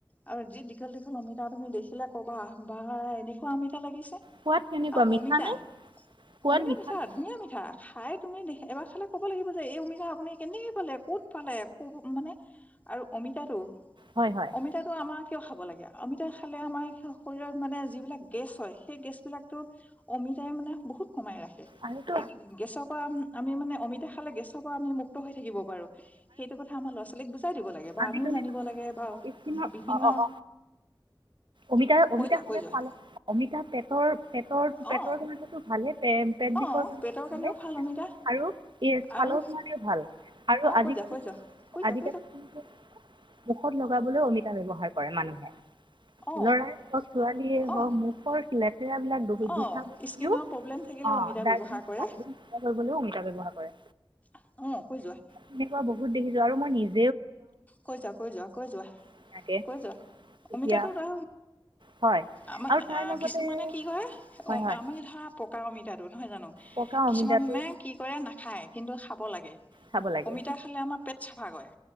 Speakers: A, on the left; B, on the right.
A: আৰু যি দীঘল-দীঘল অমিতা তুমি দেখিলে ক'বা বা এনেকুৱা আমিতা লাগিছে। আৰু
B: সোৱাদ কেনেকুৱা
A: অমিতা
B: মিঠানে সোৱাদ
A: অমিতা
B: মিঠানে
A: মিঠা ধুনীয়া মিঠা খাই তুমি দে এবাৰ খালে ক'ব লাগিব যে এই অমিতা আপুনি কেনেকে পালে কত পালে ক মানে আৰু অমিতাটো
B: হয় হয়
A: অমিতাটো আমাক কিয় খাব লাগে অমিতা খালে আমাৰ শৰীৰত মানে যিবিলাক গেছ হয় সেই গেছবলাকো অমিতাই মানে বহুত সোমাই ৰাখে
B: আৰুতো
A: সে গেছৰ পৰা আমি মানে অমিত <unintelligible> খালে গেছৰ পৰা আম মুক্ত হৈ থাকিব পাৰো সেইটো কথা আমাৰ ল'ৰা ছোৱালীক দিব লাগে বা
B: আজিকালিটো
A: আমিও জানিব লাগে বা
B: স্কিনৰ
A: বিভিন্ন
B: আহ অমিতা
A: কৈ
B: অমিতা
A: যোৱা কৈ যোৱা
B: খালোল অমিতা পেটৰ পেটৰ পেটৰ
A: অ
B: কাৰণটো ভালে পেট বিষৰ
A: অ
B: কাৰণ
A: পেটৰ
B: ভালে
A: কাৰণেও ভাল অমিতা
B: আৰু ই ছালৰ
A: আৰু
B: কাৰণেও ভাল আৰু
A: অ
B: আজিকালি
A: কৈ যা কৈজা কৈ যা
B: মুখত লগাবলৈ অমিতা ব্যৱহাৰ কৰে মানুহে
A: অ
B: লৰাই হওক ছোৱালীয়ে
A: অ
B: হওক মুখৰ শ্লেপ ৰাক বহুত
A: অ
B: গঠ ব্তও
A: স্কিনৰ প্ৰব্লেম থাকিলেও
B: অ
A: অমিতা
B: <inaudible> কৰিবলৈ
A: ব্যৱহাৰ কৰে
B: অমিতা ব্যৱহাৰ কৰে
A: অ কৈ যোৱা
B: তেনেকুৱা বহুত দেখিছো আৰু মই নিজ
A: কৈ যোৱা কৈ যোৱা কৈ যোৱা
B: ধুনীয়াকৈ
A: কৈ যোৱা
B: এতিয়া
A: অমিতাটো ধ
B: হয়
A: আমি
B: আৰু তাৰ লগতে
A: কিছুমানে কি কৰে
B: হয় হয়
A: আমি ধৰা পকা অমিতাটো নহয় জানো
B: পকা অমিতাটো
A: কিছুমানে কি কৰে নাখায় কিন্তু খাব লাগে
B: খাব লাগে
A: অমিতা খালে আমাৰ পেট চাফা কৰে